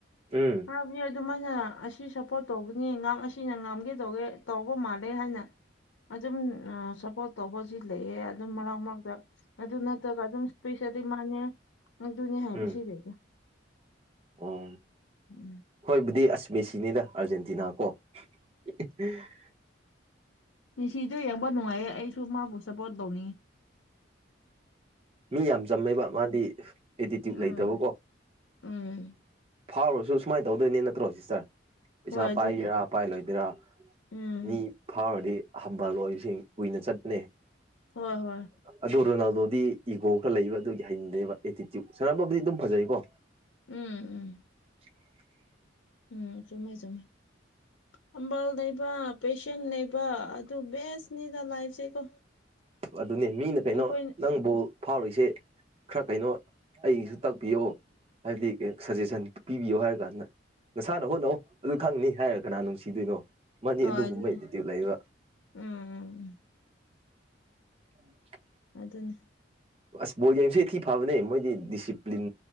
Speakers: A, on the right; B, on the left.
A: ꯎꯝ
B: ꯍꯥꯏꯕꯗꯤ ꯑꯗꯨꯃꯥꯏꯅ ꯑꯁꯤ ꯁꯞꯄꯣꯔꯠ ꯇꯧꯒꯅꯤ ꯉꯥꯛ ꯉꯁꯤꯅ ꯉꯝꯒꯦ ꯇꯧꯒꯦ ꯇꯧꯕ ꯃꯥꯜꯂꯦ ꯍꯥꯏꯅ ꯑꯗꯨꯝ ꯑ ꯁꯞꯄꯣꯔꯠ ꯇꯧꯕꯁꯤ ꯂꯩꯌꯦ ꯑꯗꯨꯝ ꯃꯔꯛ ꯃꯔꯛꯇ ꯑꯗꯨ ꯅꯠꯇ꯭ꯔꯒ ꯑꯗꯨꯝ ꯏꯁꯄꯤꯁꯦꯜꯗꯤ ꯃꯥꯥꯅꯦ ꯑꯗꯨꯅꯦ ꯍꯥꯏꯗꯤ
A: ꯎꯝ
B: ꯁꯤ ꯂꯩꯇꯦ
A: ꯑꯣ
B: ꯎꯝ
A: ꯍꯣꯏꯕꯨꯗꯤ ꯑꯁ ꯃꯦꯁꯤꯅꯤꯗ ꯑꯥꯔꯖꯦꯟꯇꯤꯅꯥ ꯀꯣ <unintelligible>
B: ꯃꯤꯁꯤꯗꯨ ꯌꯦꯡꯕ ꯅꯨꯡꯉꯥꯏꯌꯦ ꯑꯩꯁꯨ ꯃꯥꯕꯨ ꯁꯞꯄꯣꯔꯠ ꯇꯧꯅꯤꯡꯏ
A: ꯃꯤ ꯌꯥꯝ ꯆꯝꯃꯦꯕ ꯃꯥꯗꯤ ꯑꯦꯇꯤꯇ꯭ꯌꯨꯠ
B: ꯎꯝ
A: ꯂꯩꯇꯕꯀꯣ
B: ꯎꯝ
A: ꯐꯥꯎꯔꯁꯨ ꯁꯨꯃꯥꯏ ꯇꯧꯗꯣꯏꯅꯦ ꯅꯠꯇ꯭ꯔꯣ ꯁꯤꯁꯇꯔ ꯄꯩꯁꯥ
B: ꯍꯣꯏ ꯑꯗꯨꯅꯦ
A: ꯄꯥꯏꯒꯦꯔꯥ ꯄꯥꯏꯂꯣꯏꯗꯦꯔꯥ
B: ꯎꯝ
A: ꯃꯤ ꯐꯥꯎꯔꯗꯤ ꯍꯝꯕꯜ ꯑꯣꯏꯕꯁꯤ ꯀꯨꯏꯅ ꯆꯠꯄꯅꯦ
B: ꯍꯣꯏ ꯍꯣꯏ
A: ꯑꯗꯨ ꯔꯣꯅꯥꯜꯗꯣꯗꯤ ꯏꯒꯣ ꯈꯔ ꯂꯩꯕ ꯑꯗꯨꯒꯤ ꯍꯩꯅꯗꯦꯕ ꯑꯦꯇꯤꯇ꯭ꯌꯨꯠ ꯁꯔꯝꯕꯕꯨꯗꯤ ꯑꯗꯨꯝ ꯐꯖꯩꯀꯣ
B: ꯎꯝ ꯎꯝ
A: <inaudible>
B: ꯎꯝ ꯆꯨꯝꯃꯦ ꯆꯨꯝꯃꯦ ꯍꯝꯕꯜ ꯂꯩꯩꯕ ꯄꯦꯁꯦꯟ ꯂꯩꯕ ꯑꯗꯨ ꯕꯦꯁꯅꯤꯗ ꯂꯥꯏꯐꯁꯦꯀꯣ
A: ꯑꯗꯨꯅꯦ ꯃꯤꯅ ꯀꯩꯅꯣ
B: ꯑꯩꯈꯣꯏꯅ
A: ꯅꯪ ꯕꯣꯜ ꯐꯥꯎꯔꯤꯁꯦ ꯈꯔ ꯀꯩꯅꯣ ꯑꯩꯒꯤꯁꯨ ꯇꯥꯛꯄꯤꯌꯣ ꯍꯥꯏꯕꯗꯤ ꯁꯖꯦꯁꯟ ꯄꯤꯕꯤꯌꯣ ꯍꯥꯏꯔꯀꯥꯟꯗ ꯅꯁꯥꯅ ꯍꯣꯠꯅꯧꯋꯣ ꯑꯗꯨꯈꯪꯅꯤ ꯍꯥꯏꯔ ꯀꯅꯥ ꯅꯨꯡꯁꯤꯗꯣꯏꯅꯣ ꯃꯥꯗꯤ
B: ꯑ
A: ꯑꯗꯨꯒꯨꯝꯕ
B: ꯑꯗꯨꯅꯦ
A: ꯑꯦꯇꯤꯇ꯭ꯌꯨꯠ ꯂꯩꯕ
B: ꯎꯝ
A: <inaudible>
B: ꯑꯗꯨꯅꯤ
A: ꯑꯁ ꯕꯣꯜ ꯌꯦꯡꯕꯁꯦ ꯊꯤ ꯐꯕꯅꯦ ꯃꯣꯏꯗꯤ ꯗꯤꯁꯤꯄ꯭ꯂꯤꯟ